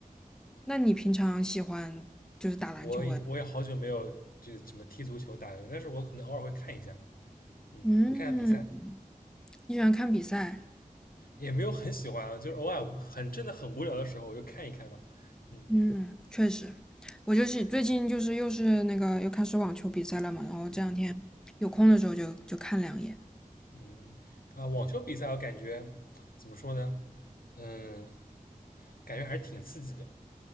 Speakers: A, in the centre; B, on the left.
A: 那你平常喜欢就是打篮球或者
B: 我我也好久没有这个什么踢足球打人，但是我可能偶尔会看一下，嗯，
A: 嗯，
B: 看一下比赛，
A: 你喜欢看比赛？
B: 也没有很喜欢啊，就是偶尔很真的很无聊的时候，我就看一看吧，嗯
A: 嗯，确实，我就是最近就是又是那个又开始网球比赛了嘛，然后这两天有空的时候就就看两眼。
B: 嗯嗯，啊、网球比赛我感觉怎么说呢，嗯，感觉还是挺刺激的，